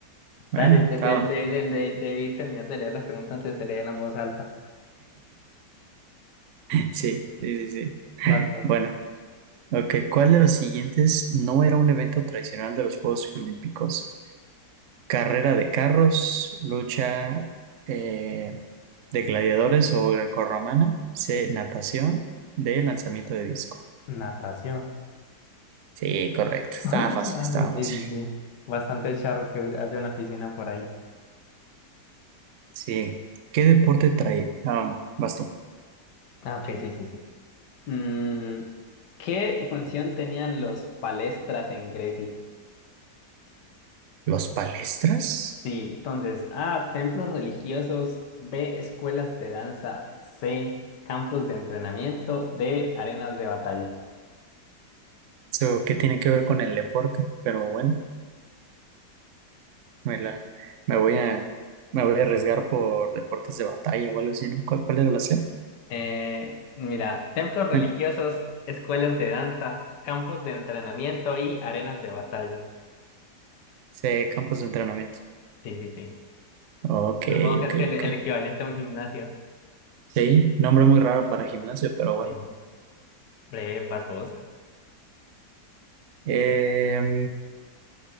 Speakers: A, on the right; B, on the left.
A: Bueno,
B: Dale, de,
A: estaba.
B: de, de- de- de- debí terminar de leer las preguntas antes de leer en voz alta.
A: <laughs> Sí, sí, sí, sí.
B: Vas vos.
A: Bueno, ok. ¿Cuál de los siguientes no era un evento tradicional de los Juegos Olímpicos? Carrera de carros, lucha eh, de gladiadores o grecorromana, C, natación, D, lanzamiento de disco.
B: Natación.
A: Sí, correcto. Estaba
B: <laughs>
A: fácil,
B: Vale,
A: estaba
B: sí,
A: fácil.
B: sí, sí. Bastante charro que haya una piscina por ahí.
A: Sí. ¿Qué deporte trae? Ah, no, vas tú.
B: Ah, ok, sí, sí, sí. Mm, ¿qué función tenían los palestras en Grecia?
A: ¿Los palestras?
B: Sí, entonces, A, templos religiosos, B, escuelas de danza, C, campos de entrenamiento, D, arenas de batalla.
A: ¿Eso qué tiene que ver con el deporte? Pero bueno, me la, me voy a, me voy a arriesgar por deportes de batalla o algo así, ¿no? ¿Cuál, cuál era la C?
B: Eh, mira, templos religiosos,
A: Eh,
B: escuelas de danza, campos de entrenamiento y arenas de batalla.
A: C, campos de entrenamiento.
B: Sí, sí, sí.
A: Ok,
B: Supongo que
A: ok,
B: es el,
A: ok.
B: el equivalente a un gimnasio.
A: Sí, nombre muy raro para gimnasio, pero bueno.
B: Sí. Breve, vas vos.
A: Em,